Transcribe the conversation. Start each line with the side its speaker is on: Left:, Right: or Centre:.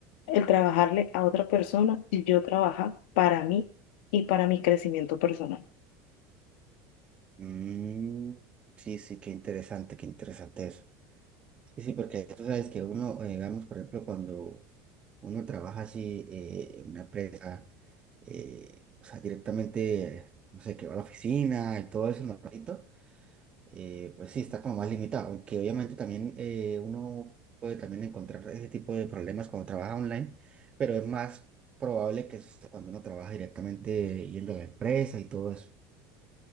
Left: el trabajarle a otra persona y yo trabajar para mí y para mi crecimiento personal.
Right: Mm, sí, sí, qué interesante, qué interesante eso. Sí, sí, porque tú sabes que uno, eh, digamos, por ejemplo, cuando uno trabaja así eh, en una empresa, eh, o sea, directamente, no sé, que va a la oficina y todo eso, normalito, eh, pues sí, está como más limitado, aunque obviamente también eh, uno puede también encontrar ese tipo de problemas cuando trabaja online, pero es más probable que suceda cuando uno trabaja directamente yendo a la empresa y todo eso.